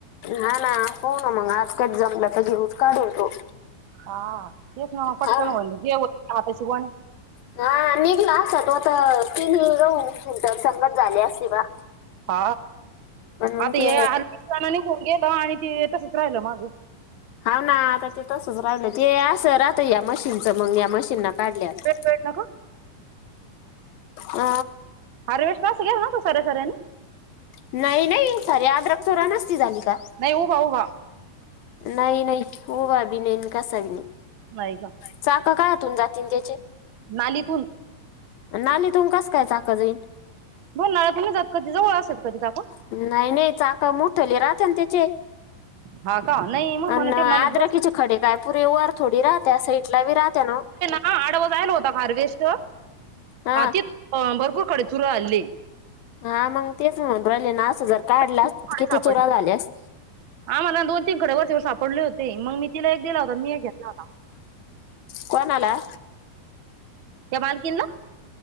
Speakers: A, on the left; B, on the right.
A: हा ना, आज पाहू न मग, आज कच जमलं त घेऊस काढेल तो.
B: हा तेच ना, पटकन
A: हा
B: होईल जे होईन ते हाताच्या गोण्या.
A: हा निघला असता तो त, तीन गहू क्विंटल संगस झाले असते बा.
B: हा,
A: पण मग
B: आता
A: ते
B: हे आर्वी च्यान निघून गेलं आणि ते तसंच राहिलं माझं.
A: हा ना, आता ते तसच राहिलं ते अस राहतय या मशीनचं मग या मशीन काढल्यावर.
B: ते केळ नको.
A: अ,
B: हारवेस्ट <unintelligible> सरे सरेनी.
A: नाही नाही, सारे आद्रक चुरा नसती झाली का?
B: नाही उभा उभा
A: नाही नाही, उभा बी नाही कसा बी नाही.
B: बाई गं.
A: चाक काहातून जातीन त्याचे?
B: नालीकुन
A: नालीतुन कस काय चाक जाईन?
B: उन्हाळ्यात नाही जात कधी जाऊ अस कधी दाखवा.
A: नाही नाही, चाक मोठाले राहतं न त्याचे?
B: हा का, नाही मग म्हणे
A: अन अद्रकीचे
B: त्यो नालीत बस
A: खडे काय पुरीे वर थोडी राहत्या साईटला बी राहत्या नव.
B: हा आडवा जायेल होता हार्वेस्ट.
A: हा
B: तीत भरपूर खडे चुरून <unintelligible>
A: हा मग तेच म्हणून राहीले ना, असं जर काढला
B: खूप
A: असता
B: खडे
A: किती
B: सापडले.
A: चुरा झाले अस
B: आम्हाला दोन तीन खडे वरच्यावर सापडले होते. मग मी तिला एक दिला होता. मी एक घेतला होता.
A: कोणाला?
B: त्या मालकीण ना.